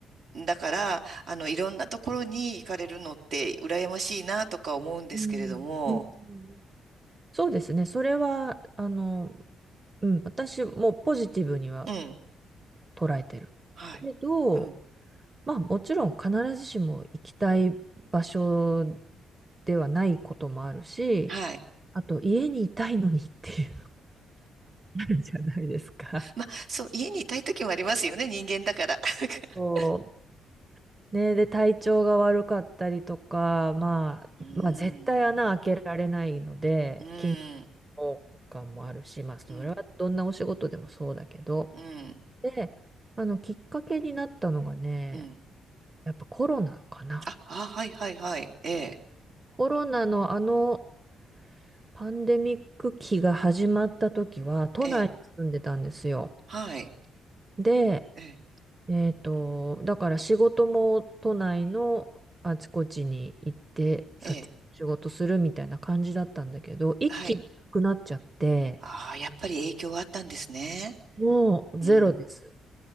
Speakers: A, on the right; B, on the right.
A: だから、あの、いろんなところに行かれるのって、羨ましいなとか思うんですけれども、
B: うん。うん。そうですね。それは、あの、うん、私もポジティブには
A: うん。
B: 捉えてるけど、
A: はい。うん。
B: まあもちろん必ずしも行きたい場所ではないこともあるし、
A: はい。
B: あと家にいたいのにっていうのあるじゃないですか。
A: まあ、そう、家にいたい時もありますよね、人間だから。<laughs>
B: そうね、で、体調が悪かったりとか、まあ、
A: うん、
B: まあ、絶対穴開けられないので、
A: うん、
B: 緊張感もあるし、まあ、それはどんなお仕事でもそうだけど、
A: うん、うん、
B: で、あの、きっかけになったのがね、
A: うん。
B: やっぱコロナかな。
A: あ、あ、はいはいはい。ええ、
B: コロナのあの、パンデミック期が始まった時は、都内に住んでたんですよ。
A: ええ、はい。
B: で、
A: ええ、
B: えっと、だから仕事も都内のあちこちに行って撮影の仕事するみたいな感じだったんだけど、
A: ええ、
B: 一気になくなっちゃって、
A: はい。ああ、やっぱり影響があったんですね。
B: もうゼロです。
A: うん、